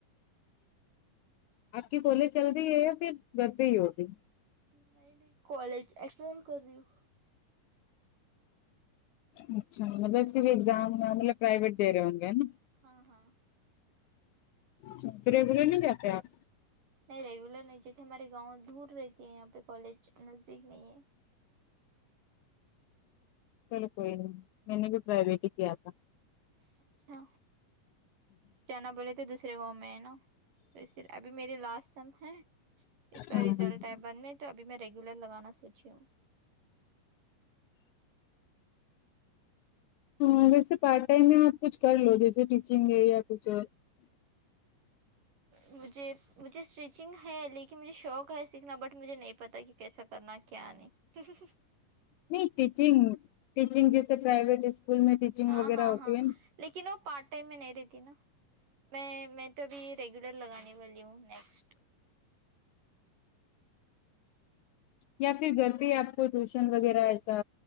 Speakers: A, on the left; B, on the right.
A: آپ کی کال چل رہی ہے یا پھر گھر پہ ہی ہوگی
B: نہیں نہیں کالج ایسل کر رہی ہ
A: اچھا مطلب صرف اگزام مطلب پرائیوٹ دے رہے ہوں گے نا
B: ہاں ہاں
A: چ ریگولر نہیں دیتے آپ
B: نہیں ریگولر نہیں چیتے ہمارے گاؤں دور رہتی ہے یہاں پہ کالج نزدیک نہیں ہے
A: چلو کوئی نہیں میں نے بھی پرائیویٹ ہی کیا تھا
B: اچھا جانا بولے تھے دوسرے گاؤں میں ہے نا تو اس ابھی میرری لاسٹ سم ہے اس کا
A: ہاں
B: ریزلٹ ہے بند میں تو ابھی میں ریگولر لگانا سوچی ہوں
A: ہاں ویسے پارٹ ٹائم میں آپ کچھ کر لو جیسے ٹیچنگ ہے یا کچھ اور
B: مجھے مجھے اسٹیچنگ ہے لیکن مجھے شوق ہے سیکھنا بٹ مجھے نہیں پتا کہ کیسا کرنا کیا نہیں ہمم ہمم ہمم
A: نہیں ٹیچنگ ٹیچنگ جیسے پرائیویٹ اسکول میں ٹیچنگ
B: ہاں
A: وغیرہ
B: ہاں
A: ہوتی
B: ہاں
A: ہے نا
B: لیکن وہ پارٹ ٹائم میں نہیں رہتی نا میں میں تو ابھی ریگولر لگانے والی ہوں نیکسٹ
A: یا پھر گھر پہ آپ کو ٹیوشن وغیرہ ایسا